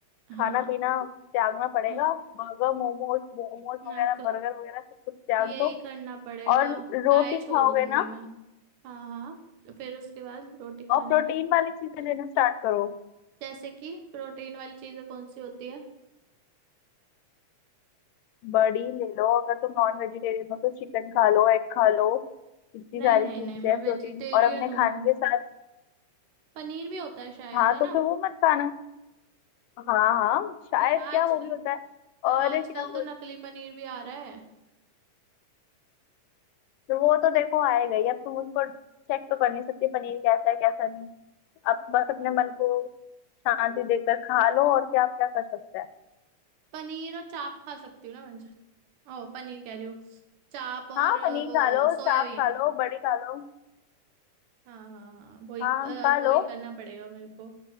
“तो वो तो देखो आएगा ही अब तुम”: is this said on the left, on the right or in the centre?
Left